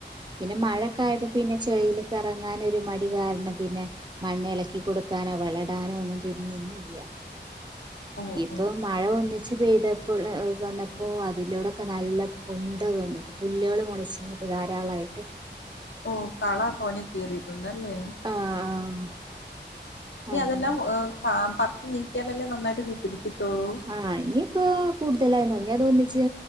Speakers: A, on the right; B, on the left.
A: പിന്നെ മഴക്കെ
B: ഓ
A: ആയപ്പപിന്നെ ചെയില് കെറങ്ങാനൊരു മടി കാരണം പിന്നെ മണ്ണിളക്കി കൊടുക്കാനോ വളടാനോ ഒന്നും പിന്നെ നിന്നില്ല യ്യ
B: ഓ
A: ഈ പ്പോ
B: ഓ
A: മഴ ഒന്നിച്ച് പെയ്തപ്പൊള് വന്നപ്പോ അതിലൂടൊക്കെ നല്ല പൊന്ത വന്നിട്ട് പുല്ലാള് മൊളച്ചീന്ന് ഇപ്പ ധാരാളായിട്ട്
B: ഓ കള തോനെ കീറീട്ടുണ്ടല്ലേ
A: ആഹ് ആഹ്
B: ഇനി
A: അങ്ങനെണ്ട്
B: അതെല്ലാം ഏം ആം പർച്ച് നീക്കിയാലല്ലേ നന്നായിട്ട് കിട് പിടിക്കത്തൊള്ളു
A: ആഹ് ഇനിയിപ്പോ കൂടുതലായിന്ന് ഇഞ്ഞ് അത് ഒന്നിച്ച്